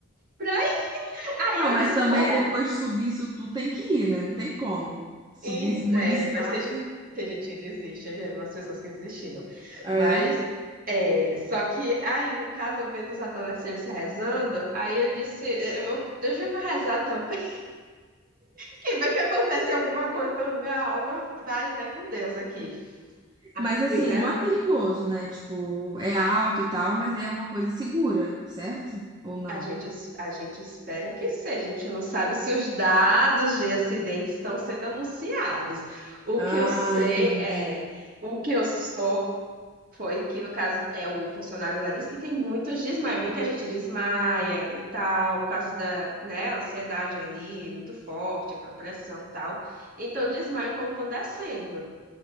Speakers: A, on the right; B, on the right.
A: Pra... Aí
B: Não,
A: eu
B: mas
A: disse,
B: também
A: vou. re-
B: depois de subir isso tudo tem que ir, né? Não tem como. Subir
A: E,
B: esse monte
A: é,
B: de escada.
A: mas tem, ge- tem gente que desiste, né? Umas pessoas que desistiram.
B: Ah,
A: Mas.
B: é?
A: É, só que aí, no caso, eu vendo os adolescentes rezando, aí eu disse, eu, eu- deixa eu rezar também. Que bem que acontece alguma coisa pela minha alma, vai, vai com Deus aqui. Aí
B: Mas
A: eu
B: assim,
A: fui, re-
B: não é perigoso, né? Tipo, é alto e tal, mas é uma coisa segura, certo? Ou não?
A: a gente, es- a gente espera que seja, a gente não sabe se os dados de acidentes estão sendo anunciados. O
B: Ah,
A: que eu sei
B: entendi.
A: é, o que eu sei foi que, no caso, é o funcionário lá disse que tem muitos desmaios, muita gente desmaia e tal, por causa da, né, ansiedade ali, muito forte, aquela pressão e tal. Então, desmaio quando estão descendo.